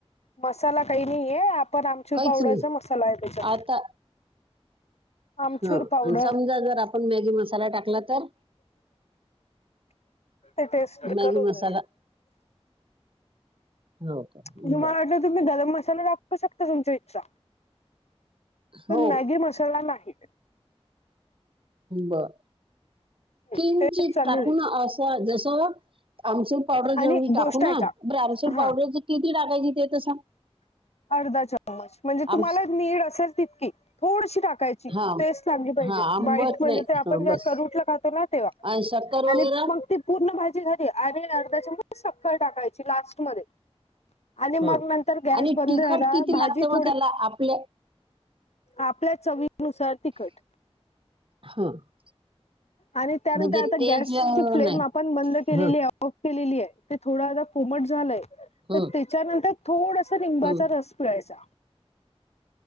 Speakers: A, on the left; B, on the right.
A: मसाला काही नाहीये. आप पण आमचूर
B: काहीच
A: पावडरचा
B: नाही
A: मसालाय त्याच्यात.
B: आता
A: आमचूर
B: हा
A: पावडर.
B: आणि समजा जर आपण मॅगी मसाला टाकला तर?
A: ते टेस्ट बिखरुन
B: मॅगी मसाला
A: जाईल.
B: हो का
A: म्हणजे मला
B: बर
A: वाटलं तुम्ही गरम मसाला टाखू शकता. तुमच्या इच्छा.
B: हो
A: पण मॅगी मसाला नाहीत.
B: बर. किंचित
A: टेस्ट चालू
B: टाकुण अस जस आमचुर पावडर
A: आणि
B: जवडी टाकू
A: गोष्ट
B: ना,
A: आहे का
B: बर आमचुर
A: हा
B: पावडर किती टाकायची ते तर सांग?
A: अर्धा चमच. म्हणजे तुम्हाला
B: आम
A: नीड असेल तितकी. थोडशी टाक कायची
B: हा
A: टेस्ट लागली पाहिजे.
B: हा आंबट
A: बाईट म्हणजे
B: नाही
A: ते आपण
B: हा
A: जे
B: बस
A: करूटला खातो ना तेव्हा.
B: आणि शक्कर वगैरे
A: आणि मग ते पूर्ण भाजी झाली. आणि अर्धा चमच सखर टाकायची. लास्ट मध्ये. आणि मग
B: हा
A: नतंर गॅस
B: आणि
A: बंद
B: तिखट
A: झाला.
B: किती
A: भाजी
B: लागतं मग
A: थोडी
B: त्याला आपल्या
A: आपल्या चवीनुसार तिखट.
B: ह.
A: आणि त्यानंतर
B: म्हणजे
A: आता
B: तेज
A: गॅसची फ्लेम
B: नाही
A: आपण बंद केलेली
B: ह
A: आ ऑफ केलेलीये. ते थोडा कोमट झालंय.
B: ह
A: त तिच्याच्यानंतर थोडसा निंबाचा
B: ह
A: रस पिळायचा.